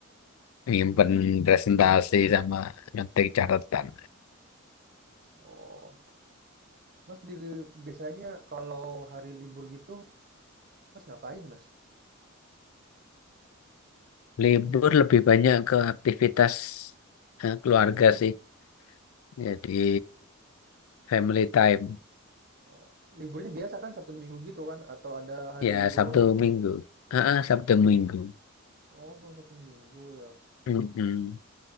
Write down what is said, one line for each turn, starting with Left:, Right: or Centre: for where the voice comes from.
Left: Nyimpen presentasi sama ngetik catatan.
Right: Oh, Mas di, biasanya kalau hari libur gitu, Mas ngapain Mas?
Left: Libur lebih banyak ke aktivitas eh, keluarga sih. Jadi family time.
Right: Oh, liburnya biasa kan Sabtu Minggu gitu kan? Atau ada hari
Left: Ya
Right: libur
Left: Sabtu
Right: lain gitu?
Left: Minggu. Ah, ah, Sabtu Minggu.
Right: Oh, cuma Sabtu Minggu ya.
Left: Mm-mm.